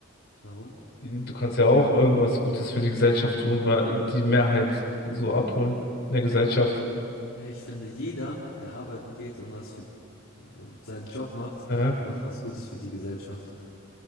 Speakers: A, on the left; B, on the left.
A: Warum?
B: du kannst ja auch irgendwas Gutes für die Gesellschaft tun, weil die Mehrheit so abholen in der Gesellschaft.
A: Ja, ich finde, jeder, der arbeiten geht und was für seinen Job macht,
B: Aha.
A: macht was Gutes für die Gesellschaft.